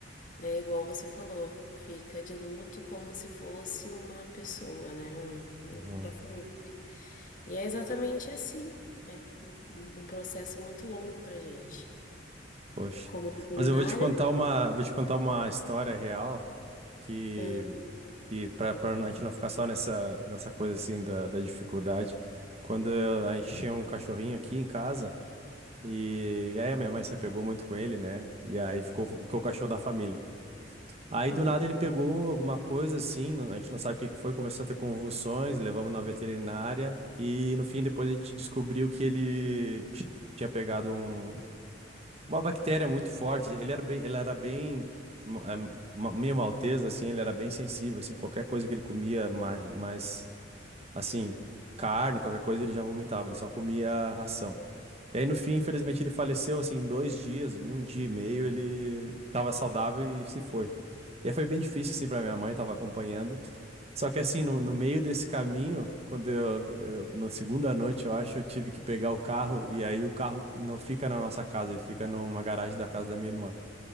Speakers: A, on the left; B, on the right.
A: né? Igual você falou, fica de luto como se fosse uma pessoa, né? Um, um
B: Uhum.
A: membro da família. ali. E é exatamente assim. É um, um processo muito longo pra gente.
B: Poxa.
A: Como veterinário.
B: Mas eu vou te contar uma, vou te contar uma história real que,
A: ah,
B: que para a gente não ficar só nessa, nessa coisa assim da, da dificuldade. Quando eu- a gente tinha um cachorrinho aqui em casa, e, e aí a minha mãe se apegou muito com ele, né? E aí ficou, ficou o cachorro da família. Aí
A: uhum,
B: do nada ele pegou alguma coisa assim, não- a gente não sabe o que que foi, começou a ter convulsões, levamos na veterinária, e no fim depois a gente descobriu que ele. t- Tinha pegado um, uma bactéria muito forte. Ele era bem, ele era bem ma- eh, ma- meio malteza, assim, ele era bem sensível, assim, qualquer coisa que ele comia mais, mais assim, carne, qualquer coisa, ele já vomitava, ele só comia ração. E aí, no fim, infelizmente, ele faleceu, assim, em dois dias, em um dia e meio, ele tava saudável e se foi. E aí foi bem difícil, assim, pra minha mãe, tava acompanhando. Só que assim, no, no meio desse caminho, quando eu, eu- na segunda noite, eu acho, eu tive que pegar o carro, e aí o carro não fica na nossa casa, ele fica numa garagem da casa da minha irmã.